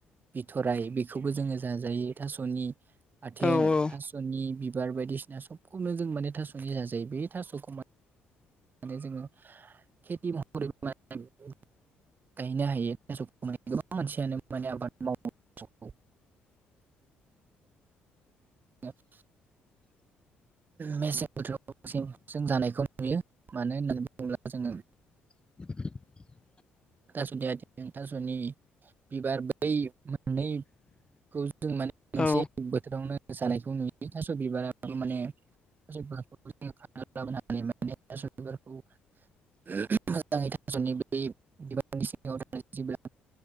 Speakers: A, on the right; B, on the left.
A: बिथ'राय बेखौबो जोङो जाजायो थास'नि। आथिं
B: औ
A: थास'नि बिबार बायदिसिना सबखौनो जों माने थास'नि जाजायो बे थास'खौ मान माने जोङो खेथि महरै <unintelligible> गायनो हायो थास'खौ माने गोबां मानसियानो माने आबाद मावो। <unintelligible>
B: <inaudible>
A: मेसें बोथोराव बांसिन जों जानायखौ नुयो मानो होननानै बुङोब्ला जोङो
B: <unintelligible>
A: थास'नि आयथें थास'नि बिबार बै मोननैखौ जों माने मोनसे
B: औ
A: बोथोरावनो जानायखौ नुयो थास' बिबारा माने <unintelligible> मोजाङै थास'नि बै बिबारनि सिङाव थानाय जेब्ला